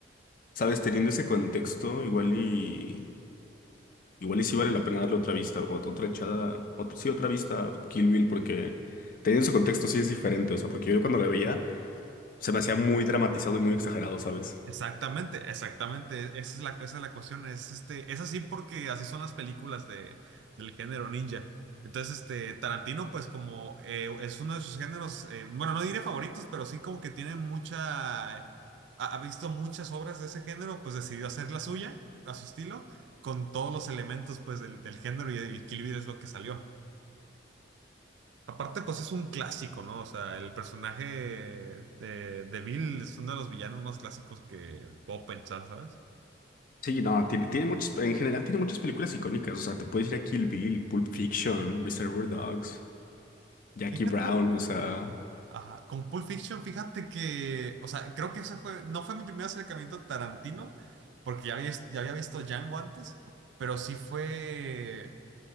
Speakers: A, on the left; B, on the right.
A: Sabes, teniendo ese contexto, igual y igual y sí vale la pena darle otra vista, o- otra echada, ot- sí, otra vista a Kill Bill, porque teniendo ese contexto sí es diferente, o sea, porque yo cuando la veía se me hacía muy dramatizado y muy exagerado, ¿sabes?
B: Exactamente, exactamente. e-, Esa es la, esa es la cuestión. Es, este, es así porque así son las películas de, del género ninja. Entonces, este, Tarantino, pues como eh, es uno de sus géneros, eh, bueno, no diré favoritos, pero sí como que tiene mucha, eh, ha, ha visto muchas obras de ese género, pues decidió hacer la suya, a su estilo, con todos los elementos, pues, del, del género y, y Kill Bill es lo que salió. Aparte, pues es un clásico, ¿no? O sea, el personaje de, de Bill es uno de los villanos más clásicos que puedo pensar, ¿sabes?
A: Sí, no, ti- tiene, muchas, en general tiene muchas películas icónicas, o sea, te puedes ir a Kill Bill, Pulp Fiction, Reservoir Dogs, Jackie
B: Fíjate,
A: Brown, o sea,
B: ajá, con Pulp Fiction, fíjate que, o sea, creo que ese fue, no fue mi primer acercamiento a Tarantino, porque ya había, vis- ya había visto Django antes, pero sí fue